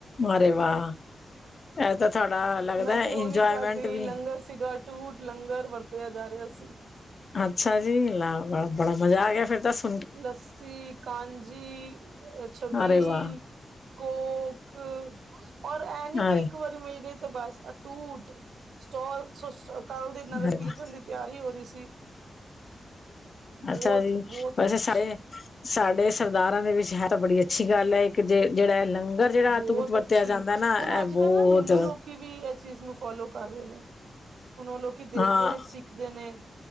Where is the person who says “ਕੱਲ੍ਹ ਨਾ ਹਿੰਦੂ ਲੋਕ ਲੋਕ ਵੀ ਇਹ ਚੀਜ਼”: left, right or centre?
Right